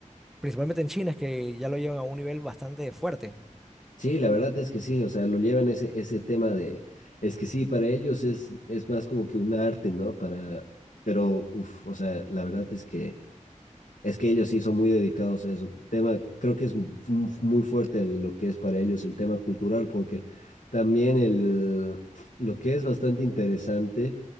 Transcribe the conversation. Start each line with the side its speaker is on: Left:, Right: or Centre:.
Centre: principalmente en China, es que ya lo llevan a un nivel bastante fuerte.
Left: Sí, la verdad es que sí, o sea, lo llevan ese, ese tema de... Es que sí, para ellos es, es más como que un arte, ¿no? Para... Pero, uff, o sea, la verdad es que... Es que ellos sí son muy dedicados a eso. Tema, creo que es mu- muy fuerte el- lo que es para ellos el tema cultural, porque también el, lo que es bastante interesante